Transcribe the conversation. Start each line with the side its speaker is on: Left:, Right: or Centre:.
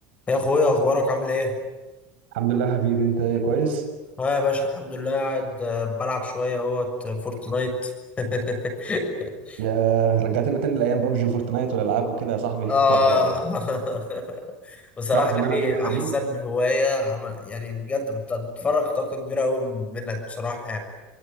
Left: يا اخويا اخبارك عامل ايه
Right: الحمد لله حبيبي انت ايه كويس
Left: اه يا باشا الحمد لله قاعد آه، بلعب شويه اهوت آه، فورتنايت <laughs>
Right: يا رجعتنا تاني لايام بابجي وفورتنايت والالعاب وكده يا صاحبي <laughs>
Left: اه
Right: يا نهار ابيض
Left: <laughs> بصراحه
Right: تعرف
Left: يا
Right: ان
Left: اخي
Right: انا جيمر
Left: احسن
Right: قديم
Left: هوايه عم- يعني بجد بت- بتفرغ طاقه كبيره قوي منك بصراحه يعني